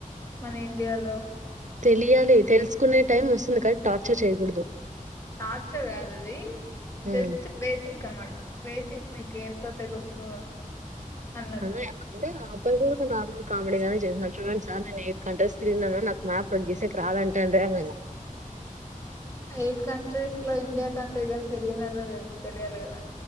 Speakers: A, on the left; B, on the right.
A: మన ఇండియాలో
B: తెలియాలి, తెలుసుకునే టైం వస్తుంది కానీ టార్చర్ చేయకూడదు.
A: టార్చర్ కాదు అది జస్ట్
B: ఉమ్
A: బేసిక్ క అన్మాట బేసిక్ నీకు ఎంత తెలుసు అన్నది
B: అదే అంటే అప్పుడు కూడా నార్మల్ కామెడీ గానే చేసినడు, చూడండి సార్ నేను కంట్రీస్ తిరిగినాను, నాక్ మ్యాప్ అప్పుడు గీసెక్ రాద్ అంటాండ్రి.
A: ఎయిట్ కంట్రీస్ లో ఇండియా కంట్రీగాని తిరిగనరో లేదో తెలియాలి కదా.